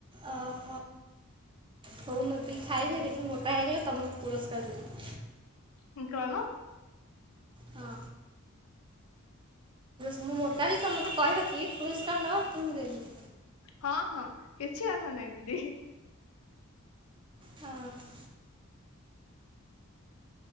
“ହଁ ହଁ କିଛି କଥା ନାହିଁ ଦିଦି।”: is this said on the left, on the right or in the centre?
Left